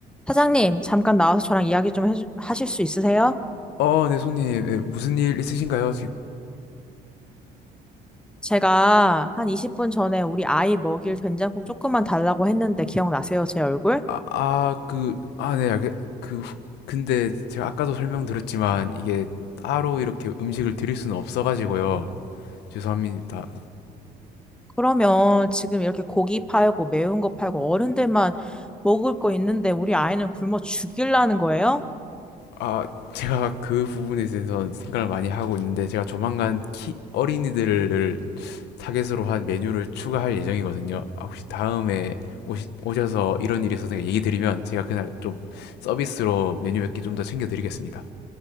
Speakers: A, in the centre; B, on the left.
A: 사장님, 잠깐 나와서 저랑 이야기 좀 해주- 하실 수 있으세요?
B: 어, 네, 손님, 예, 무슨 일 있으신가요? 지금,
A: 제가 한 20분 전에 우리 아이 먹일 된장국 조금만 달라고 했는데 기억나세요, 제 얼굴?
B: 아, 아, 그, 아, 네, 알겠, 그, 후- 근데 제가 아까도 설명드렸지만, 이게 따로 이렇게 음식을 드릴 수는 없어가지고요. 죄송합니다.
A: 그러면 지금 이렇게 고기 팔고 매운 거 팔고 어른들만 먹을 거 있는데 우리 아이는 굶어 죽일라는 거예요?
B: 아, 제가 그 부분에 대해서 생각을 많이 하고 있는데, 제가 조만간 키, 어린이들을 타겟으로 한 메뉴를 추가할 예정이거든요. 아, 혹시 다음에 오시, 오셔서 이런 일이 있어서 얘기 드리면, 제가 그날 좀 서비스로 메뉴 몇 개 좀 더 챙겨드리겠습니다.